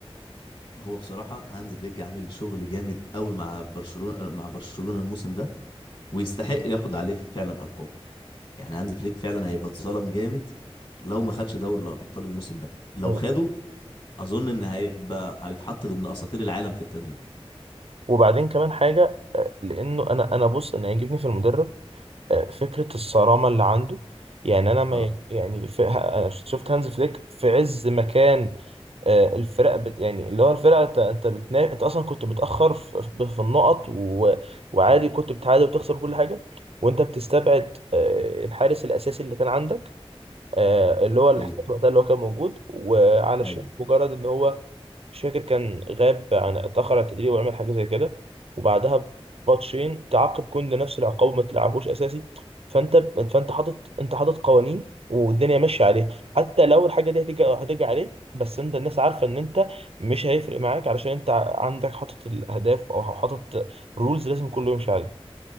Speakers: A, on the left (about 55°); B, on the right (about 70°).
A: هو بصراحة هانز فليك عامل شغل جامد قوي مع برشلونة مع برشلونة الموسم ده ويستحق ياخد عليه فعلا ألقاب يعني هانز فليك فعلا هيبقى اتظلم جامد لو ما خدش دوري الأبطال الموسم ده لو
B: مم.
A: خده أظن إن هيبقى هيتحط ضمن أساطير العالم في التدريب
B: وبعدين كمان حاجه آه، لانه انا انا بص انا يعجبني في المدرب فكرة الصرامة اللي عنده يعني أنا ما
A: اه
B: يعني في أنا شفت هانز فليك في عز مكان آه، الفرق بت يعني اللي هو الفرقة أنت أنت بتنا... أنت أصلا كنت متأخر في, في النقط و... وعادي كنت بتعادل وتخسر كل حاجة وأنت بتستبعد آه، الحارس الأساسي اللي كان عندك آه، اللي هو الاحتياط
A: ايوه
B: وقتها اللي هو كان موجود وعلشان
A: ايوه
B: مجرد إن هو مش فاكر كان غاب عن اتأخر عن التدريب وعمل حاجة زي كده وبعدها بماتشين تعاقب كوندي نفس العقاب وما تلعبوش أساسي فأنت فأنت حاطط أنت حاطط قوانين والدنيا ماشية عليها حتى لو الحاجة دي هتيجي هتيجي عليك بس أنت الناس عارفة إن أنت مش هيفرق معاك علشان أنت ع- عندك حاطط الأهداف أو حاطط رولز لازم كله يمشي عليها